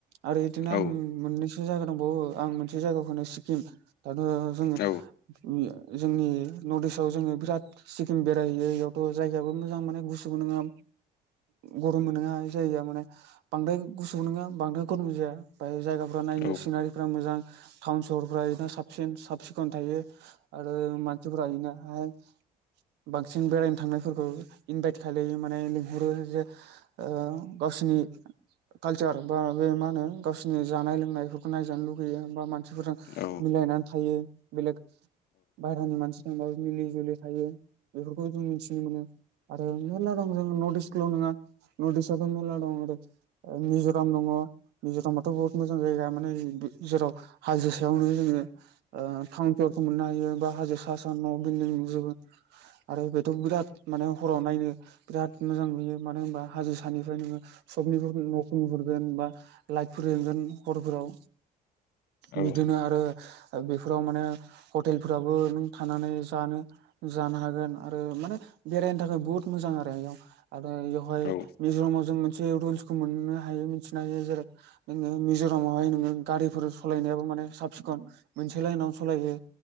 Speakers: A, on the right; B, on the left.
A: आरो एदिनो
B: औ
A: आं मोननै मोनसे जायगा दंबावो आं मोनसे जायगाखौनो सिक्किम दथ' जोङोनि
B: औ
A: उया जोंनि नर्थ इस्टआव जोङो बिराद सिक्किम बेरायहैयो बेयावथ' जायगायाबो मोजां माने गुसुबो नङा गरमबो नङा जायगाया माने बांद्राय गुसु नोङा बांद्राय गरम जाया बाय जायगाफ्रा नायनो
B: औ
A: सिनारिफ्रा मोजां टाउन सहरफ्रा बिना साबसिन साब सिखन थायो। आरो मानसिफोरा इनो हाय बांसिन बेरायनो थांनायफोरखौ इनभाइट खालायो माने लिंहरो जे ओ गावसिनि कालचार बा बे मा होनो गावसिोरनि जानाय लोंनायफोरखौ नायजानो लुगैयो बा मानसिफोरजों
B: औ
A: मिलायनानै थायो बेलेग बाहेरानि मानसि थांबो मिलि जुलि थायो। बेफोरखौ जों मिथिनो मोनो‌। आरो मेरला दं जोङो नर्टिसखौल' नङा नदिसआथ' मेरला दं आरो ओ मिज'राम दङ मिज'रामाथ' बहुत मोजां जायगा माने जेराव हाजो सायावनो जोङो ओ टाउन पेयारखौ मोननो हायो बा हाजो सा सा न' बिलडं नुजोबो आरो बेथ' बिराद माने हराव नायनो बिराद मोजां नुयो मानो होनबा हाजो सानिफ्राय नोङो सबनि न'खौ नुहुरगोन बा लाइटफोर जोंगोन हरफोराव
B: औ
A: बिदिनो आरो ओ बेफोराव माने हटेलफोराबो नों थानानै जानो जानो हागोन आरो माने बेरायनो थाखाय बहुत मोजां आरो इयाव आरो इयावहाय
B: औ
A: मिज'रामाव जों मोनसे रुलसखौ मोननो हायो मिथिनो हायो जेरै नोङो मिज'रामावहाय नोङो गारिफोर सालायनायाबो माने साब सिखन मोनसे लाइनाव सालायो